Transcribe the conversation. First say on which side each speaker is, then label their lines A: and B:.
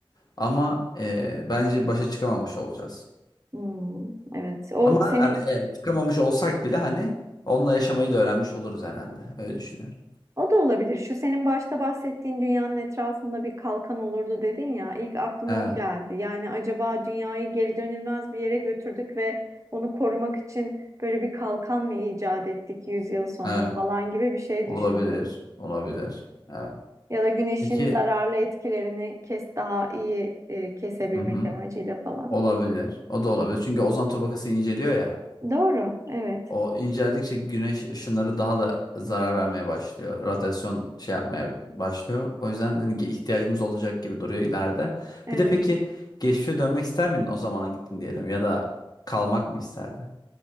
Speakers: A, on the left (about 45°); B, on the right (about 35°).
A: Ama eee, bence başa çıkamamış olacağız.
B: Hmm, evet. O
A: Ama
B: senin
A: hani e, çıkamamış olsak bile hani onunla yaşamayı da öğrenmiş oluruz herhalde. Öyle düşünüyorum.
B: o da olabilir. Şu senin başta bahsettiğin dünyanın etrafında bir kalkan olurdu dedin ya. İlk aklıma
A: Evet,
B: o geldi. Yani acaba dünyayı geri dönülmez bir yere götürdük ve onu korumak için böyle bir kalkan mı icat ettik 100 yıl sonra
A: evet.
B: falan gibi bir şey
A: Olabilir,
B: düşündüm.
A: olabilir. Evet.
B: Ya da güneşin
A: Peki,
B: zararlı etkilerini kes daha iyi e, kesebilmek
A: hı hı.
B: amacıyla falan.
A: Olabilir. O da olabilir. Çünkü ozon tabakası inceliyor ya.
B: Doğru. Evet.
A: O inceldikçe güneş ışınları daha da zarar vermeye başlıyor. Radyasyon şey yapmaya başlıyor. O yüzden hani ge- ihtiyacımız olacak gibi duruyor ileride.
B: Evet.
A: Bir de peki geçmişe dönmek ister miydin o zamana gittin diyelim ya da kalmak mı isterdin?